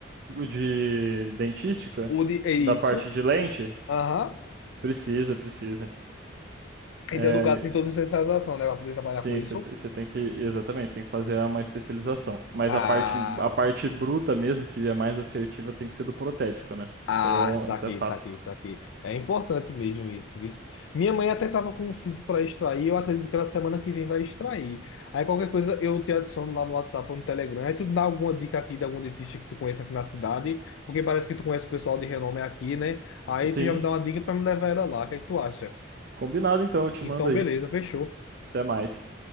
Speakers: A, on the right; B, on the left.
A: O De dentística,
B: o de, é isso?
A: da parte de lente,
B: Aham.
A: precisa, precisa.
B: Então,
A: É,
B: no caso, tem toda uma especialização, né? Para poder trabalhar
A: Sim,
B: com isso.
A: você te- você tem que, exatamente, tem que fazer uma especialização. Mas
B: Ah.
A: a parte, a parte bruta mesmo, que é mais assertiva, tem que ser do protético, né?
B: Ah,
A: Isso aí é,
B: saquei,
A: isso é fato.
B: saquei, saquei. É importante mesmo isso, isso. Minha mãe até tava com um siso para extrair, eu acredito que ela semana que vem vai extrair. Aí qualquer coisa eu te adiciono lá no WhatsApp ou no Telegram. Aí tu dá alguma dica aqui de algum dentista que tu conheça aqui na cidade, porque parece que tu conhece o pessoal de renome aqui, né? Aí
A: Sim,
B: tu já me dá uma dica para me levar ela lá. O que é que tu acha?
A: combinado então, eu te
B: Então,
A: mando aí.
B: beleza, fechou.
A: Até mais.